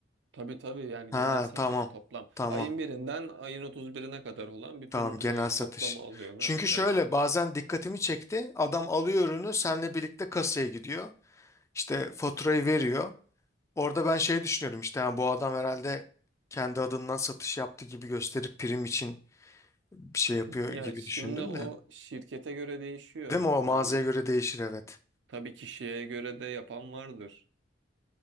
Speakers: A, on the right (about 65°); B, on the left (about 15°).
A: tabii tabii yani
B: Ha
A: genel satış
B: tamam
A: toplam.
B: tamam
A: Ayın birinden ayın otuz birine kadar olan bütün
B: tamam genel
A: e,
B: satış.
A: toplamı alıyorlar.
B: Çünkü
A: Evet.
B: şöyle bazen dikkatimi çekti adam alıyor ürünü senle birlikte kasaya gidiyor İşte faturayı veriyor. Orada ben şey düşünüyorum işte ha, bu adam herhalde kendi adından satış yaptı gibi gösterip prim için bir şey yapıyor
A: Ya
B: gibi
A: şimdi
B: düşündüm
A: o
B: de.
A: şirkete göre değişiyor.
B: Değil mi o
A: Yani
B: mağazaya göre değişir evet.
A: tabii kişiye göre de yapan vardır.